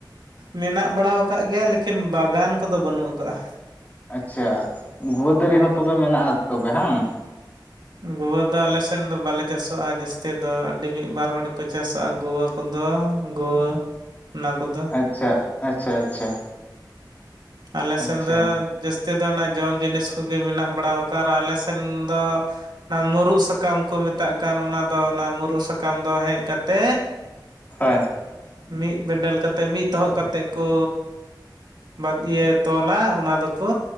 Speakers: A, on the right; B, on the left.
A: ᱢᱮᱱᱟᱜ ᱵᱟᱲᱟ ᱟᱠᱟᱫ ᱜᱮᱭᱟ, ᱞᱮᱠᱤᱱ ᱵᱟᱜᱟᱱ ᱠᱚᱫᱚ ᱵᱟᱹᱱᱩᱜ ᱟᱠᱟᱼᱟ᱾
B: ᱟᱪᱪᱷᱟ, ᱜᱩᱣᱟᱹ ᱫᱟᱨᱤ ᱦᱚᱸ ᱛᱚᱵᱮ ᱢᱮᱱᱟᱜᱼᱟ ᱛᱚᱵᱮ ᱦᱟᱝ?
A: ᱜᱩᱣᱟᱹ ᱫᱚ ᱟᱞᱮ ᱥᱮᱱ ᱫᱚ ᱵᱟᱞᱮ ᱪᱟᱥᱚᱜᱼᱟ ᱡᱟᱹᱥᱛᱤ ᱫᱚ, ᱟᱹᱰᱤ ᱢᱤᱫ ᱵᱟᱨ ᱦᱚᱲ ᱜᱮᱠᱚ ᱪᱟᱥᱚᱜᱼᱟ ᱜᱩᱣᱟᱹ ᱠᱚᱫᱚ ᱜᱩᱣᱟᱹ ᱚᱱᱟ ᱠᱚᱫᱚ᱾
B: ᱟᱪᱪᱷᱟ, ᱟᱪᱪᱷᱟ, ᱟᱪᱪᱷᱟ
A: ᱟᱞᱮ
B: ᱟᱪᱪᱷᱟ
A: ᱥᱮᱱ ᱫᱚ ᱡᱟᱹᱥ ᱛᱮᱫᱚ ᱚᱱᱟ ᱡᱚᱢ ᱡᱤᱱᱤᱥ ᱠᱚᱜᱮ ᱢᱮᱱᱟᱜ ᱵᱟᱲᱟ ᱠᱟᱜᱼᱟ ᱟᱨ ᱟᱞᱮ ᱥᱮᱱ ᱫᱚ, ᱚᱱᱟ ᱢᱩᱨᱩᱩᱜ ᱥᱟᱠᱟᱢ ᱠᱚ ᱢᱮᱛᱟᱜ ᱠᱟᱱ, ᱚᱱᱟ ᱫᱚ ᱚᱱᱟ ᱢᱩᱨᱩᱩᱜ ᱥᱟᱠᱟᱢ ᱫᱚ ᱦᱮᱡ ᱠᱟᱛᱮ,
B: ᱦᱳᱭ,
A: ᱢᱤᱫ ᱵᱮᱸᱰᱮᱞ ᱠᱟᱛᱮᱫ, ᱢᱤᱫ ᱛᱚᱦᱚᱵ ᱠᱟᱛᱮᱫ ᱠᱳ, ᱵᱟ ᱤᱭᱟᱹ ᱛᱚᱞᱟ ᱚᱱᱟ ᱫᱚᱠᱚ